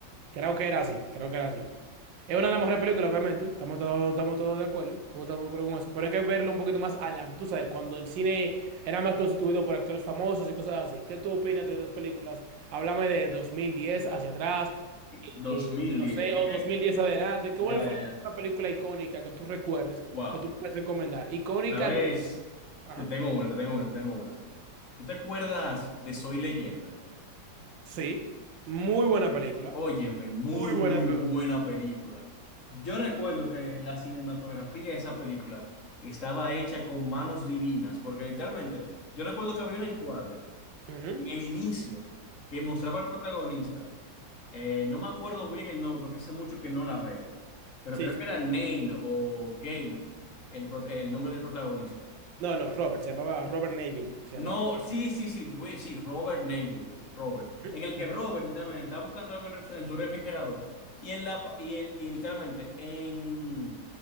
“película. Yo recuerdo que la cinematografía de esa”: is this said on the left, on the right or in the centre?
Left